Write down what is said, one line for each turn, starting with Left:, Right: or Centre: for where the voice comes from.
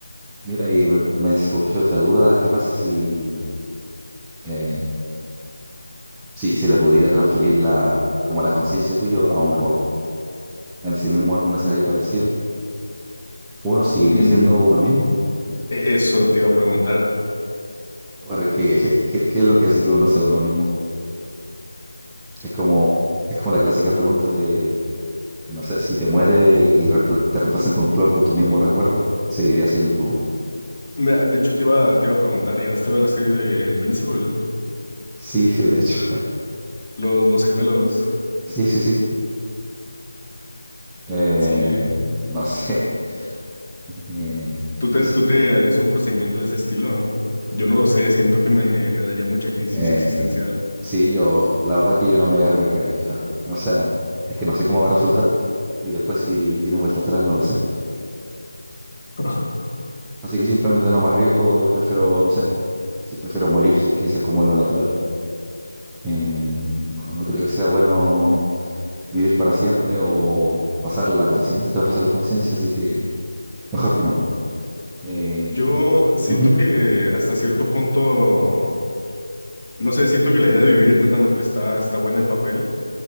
Centre: Mira, y me, me surgió otra duda. ¿Qué pasa si, eh, si, si la pudiera transferir la, como la conciencia tuya a un robot en ese mismo, un escenario parecido? ¿Uno seguiría
Left: Mm,
Centre: siendo uno mismo? <laughs>
Left: e- eso te iba a preguntar.
Centre: O ¿Qué, qué, qué es lo que hace que uno sea uno mismo? Es como, es como la clásica pregunta de, no sé, si te mueres y reempla- te reemplazan con un clon con tu mismo recuerdo, ¿seguirías siendo tú?
Left: Mira, de hecho, te iba, te iba a preguntar, ¿llegaste a ver la serie de Invincible?
Centre: Sí, <laughs> de hecho.
Left: Los, los gemelos.
Centre: Sí, sí, sí. Eh,
Left: Sí.
Centre: no sé. <laughs> Eh,
Left: ¿Tú te,
Centre: es-
Left: tú te harías un procedimiento de ese estilo? Yo no lo sé, siento que me, me daría mucha crisis
Centre: Eh,
Left: existencial.
Centre: sí, yo, la verdad que yo no me arriesgaría. O sea, es que no sé cómo va a resultar. Y después si tiene vuelta atrás, no lo sé.
Left: <laughs>
Centre: Así que simplemente no me arriesgo y prefiero, no sé, si prefiero morir, si es que eso es como lo natural. Eh, no, no creo que sea bueno vivir para siempre o pasar la conciencia, traspasar la conciencia, así que mejor que no. Eh,
Left: Yo siento
Centre: ujú,
Left: que
Centre: <laughs>
Left: hasta cierto punto, no sé, siento que la idea de vivir eternamente está, está buena en papel,